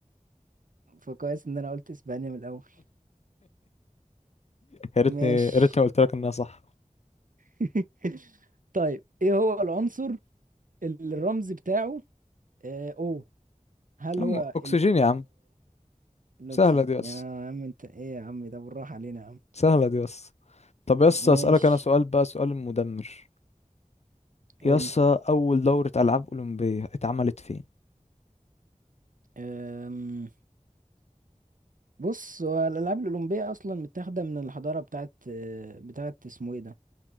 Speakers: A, on the right; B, on the left.
A: فكويس ان انا قلت اسبانيا من الاول
B: يا ريتني
A: ماشي
B: يا ريتني قلت لك انها صح
A: <laughs> طيب ايه هو العنصر اللي الرمز بتاعه آه او هل
B: يا عم
A: هو
B: اكسجين يا عم
A: الأكسجين
B: سهله دي يس
A: يا عم أنت إيه يا عم ده بالراحة علينا يا عم
B: سهله دي يس طب يس اسالك
A: ماشي
B: انا سؤال بقى سؤال مدمر
A: قولي
B: يس اول دوره العاب اولمبيه اتعملت فين
A: أم... بص هو الألعاب الأولمبية أصلا متاخدة من الحضارة بتاعت آه، بتاعت اسمه إيه ده